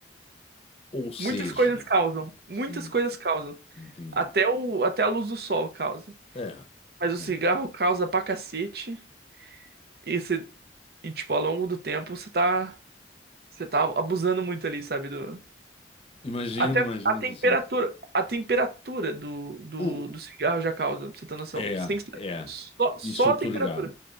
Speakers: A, on the left; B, on the right.
A: Ou seja,
B: Muitas coisas causam. Muitas
A: Hum,
B: coisas causam.
A: Entendi.
B: Até o, até a luz do sol causa.
A: É,
B: Mas o cigarro
A: é.
B: causa pra cacete. E, você, e tipo, ao longo do tempo, você tá, você tá abusando muito ali, sabe? Do,
A: Imagino,
B: até
A: imagino
B: a temperatura,
A: que sim.
B: a temperatura do, do,
A: O...
B: do cigarro já causa, pra você ter noção.
A: É,
B: Você tem que-
A: é.
B: só, só
A: Isso eu
B: a
A: tô
B: temperatura.
A: ligado.